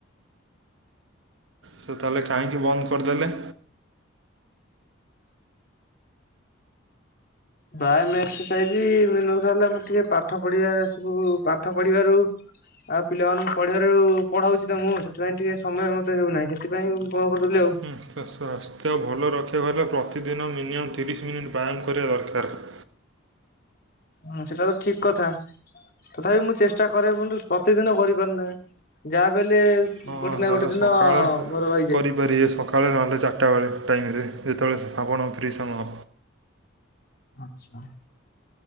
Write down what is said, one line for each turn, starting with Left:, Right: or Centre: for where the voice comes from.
Right: ସେ ତାହେଲେ କାହିଁକି ବନ୍ଦ କରିଦେଲେ?
Left: ବାୟାମ ଏକ୍ସରସାଇଜ ମେନ୍ କଥା ହେଲା ମୋର ଟିକେ ପାଠ ପଢ ସବୁ ପାଠ ପଢିବାରୁ ଆଉ ପିଲାମାନଙ୍କୁ ପଢିବାରୁ ପଢାଉଛି ତ ମୁଁ ସେଥିପାଇଁ ଟିକେ ସମୟ ମତେ ହେଉନାହିଁ ସେଥିପାଇଁ କଣ କରୁଦଥିଲି ଆଉ।
Right: ସ୍ୱାସ୍ଥ୍ୟ ଭଲ ରଖିବାକୁ ହେଲେ ପ୍ରତିଦିନ ମିନିମମ୍ ତିରିଶ ମିନିଟ୍ ବ୍ୟାୟାମ କରିବା ଦରକାର।
Left: ହଁ ସେଟା ତ ଠିକ କଥା। ତଥାପି ମୁଁ ଚେଷ୍ଟା କରେ କିନ୍ତୁ ପ୍ରତିଦିନ କରିପାରୁନାହିଁ ଯାହା ବି ହେଲେ
Right: ହଁ
Left: ଗୋଟେ ନା
Right: ଗଲେ
Left: ଗୋଟେ ଦିନ
Right: ସକାଳେ
Left: ମୋର ରହିଯାଏ।
Right: <unintelligible> ସକାଳେ ନହେଲେ ଚାରିଟା ବେଳେ ଟାଇମ୍ ରେ ଯେତେବେଳେ ଆପଣ ଫ୍ରି ସମୟ
Left: ଆଚ୍ଛା?